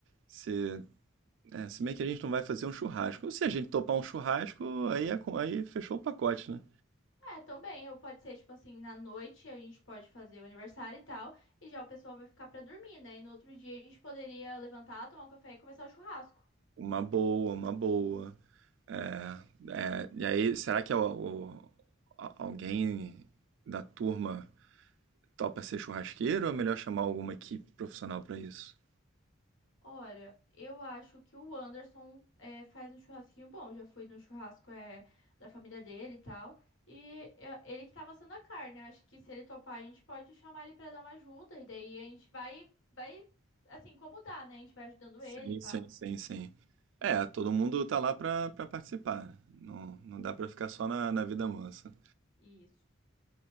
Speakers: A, on the right; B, on the left.
A: se É, se bem que a gente não vai fazer um churrasco. Se a gente topar um churrasco, aí, é, com- aí fechou o pacote, né?
B: É, também, ou pode ser, tipo assim, na noite a gente pode fazer o aniversário e tal, e já o pessoal vai ficar pra dormir, né? E no outro dia a gente poderia levantar, tomar um café e começar o churrasco.
A: Uma boa, uma boa. É, é, e aí, será que é o, o- a- alguém da turma topa ser churrasqueiro ou é melhor chamar alguma equipe profissional para isso?
B: Olha, eu acho que o Anderson é, faz um churrasquinho bom. Já fui no churrasco é, da família dele e tal. E eu- ele que tava assando a carne. Acho que se ele topar, a gente pode chamar ele pra dar uma ajuda. E daí a gente vai, vai, assim, como dá, né? A gente vai ajudando
A: Sim,
B: ele, pá.
A: sim, sim, sim. É, todo mundo tá lá pra, pra participar. Não, não dá pra ficar só na, na vida mansa.
B: Isso.